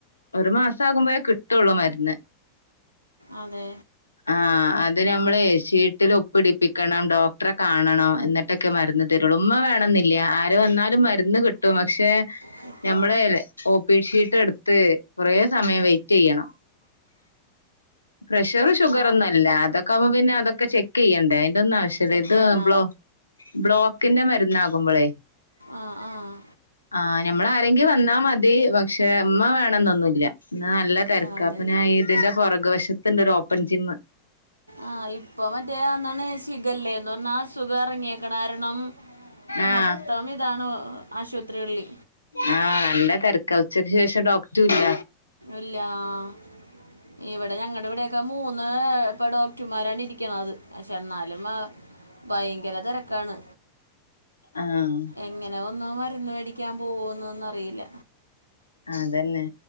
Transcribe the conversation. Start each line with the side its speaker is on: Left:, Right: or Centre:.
Left: ഒരു മാസ ആകുമ്പോഴേ കിട്ടോള്ളൂ മര്ന്ന്
Right: അതെ
Left: ആഹ് അത് നമ്മള്ഷീട്ടിൽ ഒപ്പിടിപ്പിക്കണം ഡോക്ടറെ കാണണം എന്നി ട്ടക്കെ മരുന്ന് തരുള്ളു ഉമ്മ വേണെന്നില്ല ആര് വന്നാലും മര്ന്ന് കിട്ടും പക്ഷെ
Right: കേട്ടോ
Left: ഞമ്മള് ഓപി ഷീട്ട് എട് ത്ത് കൊറേ സമയം വെയ്റ്റെയ്യണം പ്രഷ റ് ഷുഗറോന്നും
Right: ആ
Left: അല്ല അതൊക്കെകുമ്പോ പിന്നെതൊക്കെ ചെക്ക് ചെയ്യണ്ടേ അതിന്റെ ഒന്നും ആശ്യമില്ല
Right: ചെക്ക്
Left: ഇത്
Right: ചെയ്യണ
Left: ബ്ലോ ബ്ലോക്കിന്റെ മരുന്നാകുമ്പളെ
Right: അഹ് ആഹ്
Left: ആഹ് നമ്മളാരെങ്കും വന്നാ മതി പക്ഷെ ഇമ്മ വേണന്നൊന്നുല്ല ഇന്ന് നല്ല തെരക്ക
Right: വേണമെന്നില്ല
Left: അപ്പ ഞാ ഇതിന്റെ പുറക് വശത്ത്ണ്ട് ഒരു ഓപ്പൺ ജിംമ്മ്
Right: ആഹ് ഇപ്പ മറ്റേന്നാണ് ഷിഖല്ലേ പറഞ്ഞാ അസുഖം ഇറങ്ങിയേക്കണ കാരണം
Left: ആഹ്
Right: മൊത്തം ഇതാണ് ആശുപത്രികളില്
Left: ആഹ് നല്ല തെരക്ക ഉച്ചയ്ക്ക് ശേഷം ഡോക്ടുല്ല
Right: ഇല്ല ആഹ് ഇവടെ ഞങ്ങളടെവിടെ പ്പെ മൂന്ന് ഇപ്പൊ ഡോക്ടർമാരാണ് ഇരിക്കണത് പക്ഷെ എന്നാലും ആഹ് ഭയങ്കര തെരക്കാണ്
Left: ആഹ് ആഹ്
Right: എങ്ങനെ വന്ന് മരുന്ന് മേടി ക്കാൻ പോകുന്നോന്നറിയില്ല
Left: അതന്നെ